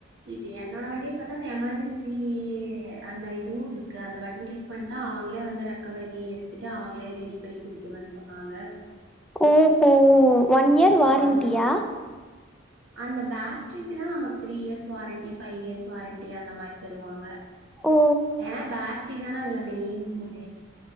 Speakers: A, on the right (about 60°); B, in the centre.
A: இது என்னோட வண்டியில பாத்தா அந்த எமர்ஜென்சி அந்த இதுவு இருக்கு அந்த பட்டன் கிளிக் பண்ட்டா அவுங்களே வந்து ரெக்கவரி எடுத்துட்டு அவுங்களே ரெடி பண்ணி குடுத்துருவேன் சொன்னாங்க
B: ஓஹோ ஒன் இயர்
A: சோ
B: வாரண்டியா
A: அந்த அந்த பேட்ரிக்கு தா நமக்கு three years warranty five years warranty அந்த மாரி தருவாங்க
B: ஓ!
A: ஏனா பேட்ரி தான அதுல மெயின் இதே